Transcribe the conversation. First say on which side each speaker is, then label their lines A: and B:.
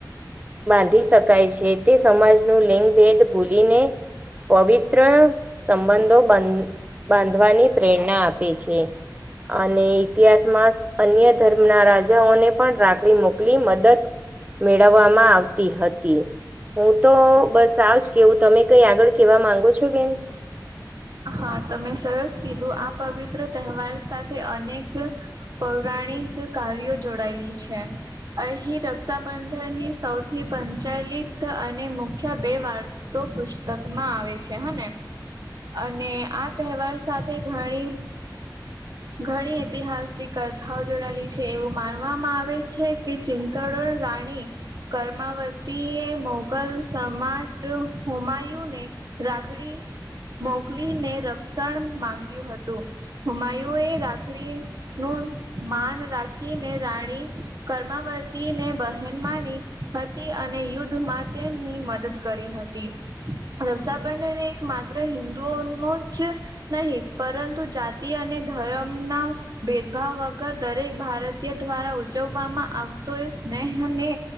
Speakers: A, on the right (about 20°); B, on the right (about 55°).
A: બાંધી શકાય છે, તે સમાજનું લિંગ ભેદ ભૂલીને પવિત્ર સંબંધોંધ બંધ બાંધવાની પ્રેરણા આપે છે, અને ઇતિહાસ માં અન્ય ધર્મ ના રાજાઓને પણ રાખડી મોકલી મદદ મેળવવામાં આવતી હતી હું તો બસ આજ કેવું તમે કઈ આગળ કેવા માંગો છો બેન
B: હા તમે સરસ કીધું આ પવિત્ર તહેવાર સાથે અનેક પૌરાણિક કાર્યો જોડાયેલી છે, અહીં રક્ષાબંધનની સૌથી પચાલિત અને મુખ્ય બે વાર્ તો પુસ્તક માં આવે છે, હ ને અને આ તહેવાર સાથે ઘણી
A: <inaudible>
B: ઘણી ઐતિહાસિક કથાઓ જોડાયેલી છે એવું માનવામાં આવે છે, કે ચિતાડુ રાણી કર્મમાંવતી એ મોગલ સમાટ હોમાયુંને રાખડી મોકલીને રક્ષા માંગ્યું હતું હોમાયુ એ રાખડી નું માન રાખીને રાણી કર્માવતીને બહેન માની હતી અને યુદ્ધમાં તેમની મદદ કરી હતી રક્ષાબંધન એક માત હિન્ંદુઓ ન જ નહી પરંતુ જાતિ અને ધરમના ભેદભાવ વગર દરેક ભારતીય દ્વારા ઉજવવામાં આવતો એ સ્નેહને